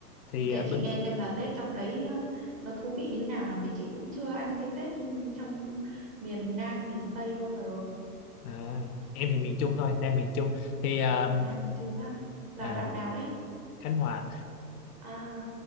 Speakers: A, on the left; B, on the right.
A: thì
B: Kể
A: ờ, bên
B: chị nghe xem là Tết trong đấy ờ, nó thú vị như nào nào vì chị cũng chưa ăn cái Tết trong miền Nam miền Tây bao giờ
A: à, em thì miền Trung thôi Nam miền Trung thì ờ,
B: Nam miền Trung á là
A: à,
B: đoạn nào đấy
A: Khánh Hòa
B: à